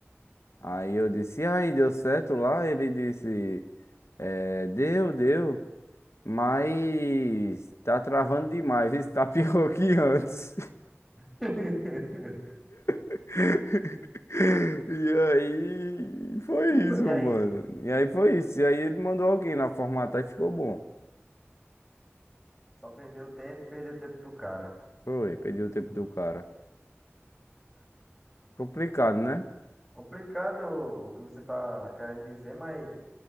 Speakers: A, on the left; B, in the centre.
A: Aí eu disse, e aí deu certo lá? Ele disse, é, deu, deu. Mas tá travando demais. Isso tá <laughs> pior que antes.
B: <laughs>
A: <laughs> E aí foi isso,
B: E aí?
A: mano. E aí foi isso. E aí ele mandou alguém lá formatar e ficou bom.
B: Só perdeu o tempo e perdeu o tempo do cara.
A: Foi, perdeu o tempo do cara. Complicado, né?
B: Complicado o que você tá querendo dizer, mas